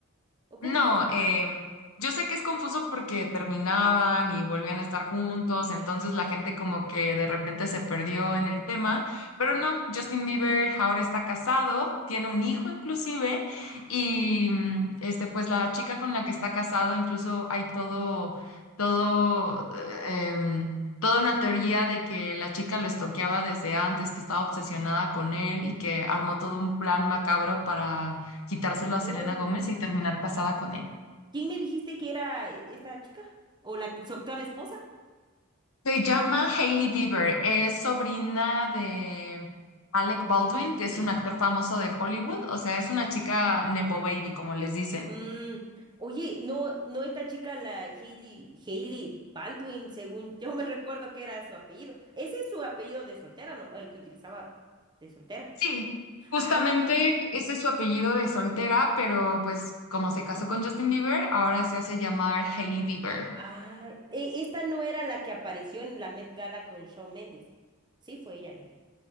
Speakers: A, on the right; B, on the left.
A: ¿O cómo
B: No,
A: es eso?
B: eh, yo sé que es confuso porque terminaban y volvían
A: Ajá,
B: a estar juntos, entonces la gente como que de repente se perdió en el tema, pero
A: ajá.
B: no, Justin Bieber ahora está casado, tiene un hijo inclusive,
A: <gasps>
B: y
A: ¡Ah!
B: mm, este, pues la chica con la que está casado, incluso hay todo, todo, eh, em, toda una teoría de que la chica lo estoqueaba desde antes, que estaba obsesionada con él y que armó todo un plan macabro para quitárselo
A: Oh.
B: a Selena Gómez y terminar casada con él.
A: ¿Quién me dijiste que era e- esta chica? ¿O la, su actual esposa?
B: Se llama Hailey Bieber, es sobrina de Alec Baldwin,
A: Hailey,
B: que es
A: Hailey.
B: un actor famoso de Hollywood, o sea, es una chica nepo baby, como les dicen.
A: Mm, oye, no, no esta chica, la Hailey, Hailey Baldwin, según yo me <laughs> recuerdo que era su apellido. Ese es su apellido de soltera, ¿no? El que utilizaba de soltera.
B: Sí, justamente
A: Ah,
B: ese es su apellido de soltera, pero pues como se casó con Justin Bieber, ahora se hace llamar Hailey Bieber.
A: ah, e- esta no era la que apareció en la Met Gala con Shawn Mendes. Sí, fue ella, ¿no?